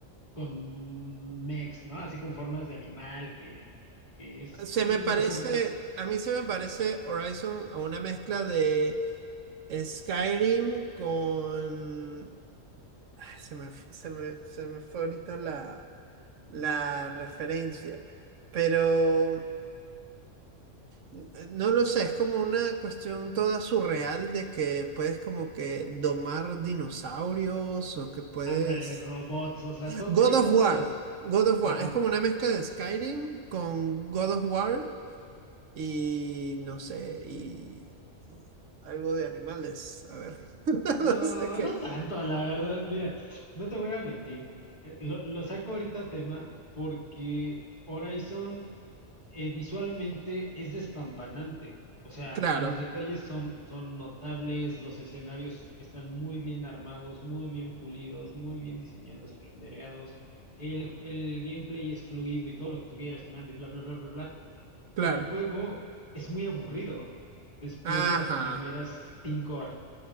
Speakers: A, on the left (about 35°); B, on the right (about 75°).
A: con mechs, ¿no? Así con formas de animal, que, que es
B: Se me
A: una
B: parece,
A: forma,
B: a mí se me parece Horizon a una mezcla de Skyrim con... Ay, se me, f- se me, se me fue ahorita la, la referencia. Pero n- no lo sé, es como una cuestión toda surreal de que puedes como que domar dinosaurios o que puedes...
A: ándale, robots, o sea, to-
B: God
A: hay
B: of
A: todos,
B: War. God of
A: ajá.
B: War. Es como una mezcla de Skyrim con God of War y no sé, y, y algo de animales. A ver, <laughs>
A: No,
B: no sé qué.
A: no tanto, la verdad. Mira, no te voy a mentir. Eh, Lo, lo saco ahorita a tema porque Horizon eh, visualmente es despampanante. O sea,
B: Claro,
A: los detalles son, son notables, los escenarios están muy bien armados, muy bien pulidos, muy bien diseñados y rendereados. El, el gameplay es fluido y todo lo que tú quieras y mande, bla, bla, bla, bla, bla.
B: claro.
A: Pero el juego es muy aburrido después
B: Ajá,
A: de las primeras cinco horas.